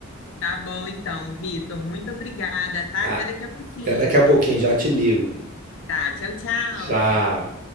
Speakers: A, on the left (about 65°); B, on the right (about 40°).
A: Tá bom, então, Vitor. Muito obrigada, tá?
B: Ah,
A: Até daqui a pouquinho.
B: até daqui a pouquinho, já te ligo.
A: Tá, tchau, tchau.
B: Tchau.